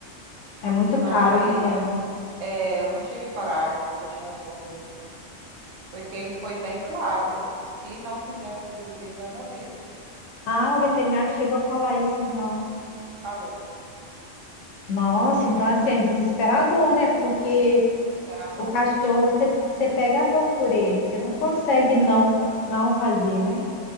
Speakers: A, on the left; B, on the right.
A: é muito
B: Mas
A: caro, né?
B: é, eu não tive coragem de deixar ele morrer. Porque ele foi bem claro, se não fizer a cirurgia, ele vai morrer.
A: Ah, o veterinário chegou a falar isso, então.
B: Falou.
A: Nossa, então assim, é desesperador, né? Porque
B: Era dor.
A: o cachorro, você você pega amor por ele, você não consegue não,
B: de amor.
A: não fazer, né?